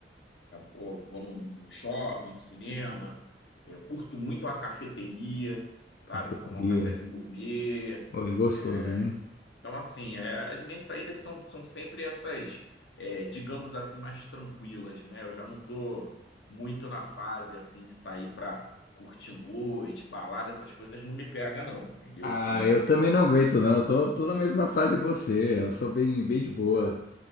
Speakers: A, on the left; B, on the left.
A: Pô, vou no, no shopping, no cinema, eu curto muito a cafeteria, sabe?
B: Cafeteria.
A: Tomar um cafezinho gourmet.
B: Oi, é gostoso,
A: é,
B: hein?
A: Então, assim, é, as minhas saídas são, são sempre essas, é, digamos assim, mais tranquilas, né? Eu já não tô muito na fase, assim, de sair pra curtir noite, balada, essas coisas não me pega, não, entendeu?
B: Ah,
A: Então,
B: eu também não aguento, não. Eu tô, tô na mesma fase que você. Eu sou bem, bem de boa.